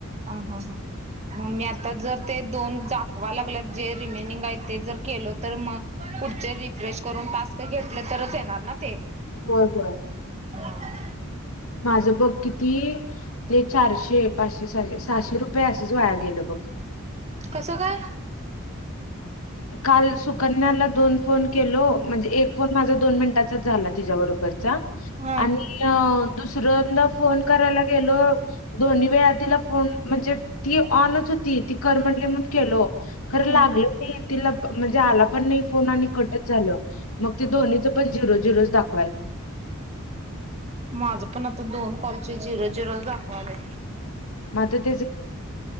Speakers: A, on the right; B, on the left.
A: ह हा हा मग मी आता जर ते दोन <unintelligible> लागल्यात जे रिमेनिंग आहे ते जर केलो तर मग पुढचे रिफ्रेश करून टास्क घेतले तरच येणार ना ते
B: होय होय
A: हम्
B: माझं बघ किती ते चारशे पाचशे सहाशे सहाशे रुपये असेच वाया गेले बघ
A: कसं काय?
B: काल सुकन्याला दोन फोन केलो म्हणजे एक फोन माझ दोन मिन त्याच्यात झाला तिच्याबरोबरचा
A: हा
B: आणि सऱ्यांदा फोन करायला गेलो दोन्ही वेळा तिला फोन म्हणजे ती ऑनच होती. ती कर म्हटली म्हणून केलो खर
A: हम्म.
B: लागलंच नाइ तिला प. म्हणजे आला पण नाही फोन आणि कटच झाल मग ते दोन्हीच पण झिरो झिरोच दाखव.
A: माझ पण आता दोन कॉलचे जिरो जिरोच दाखवायलय.
B: म <inaudible>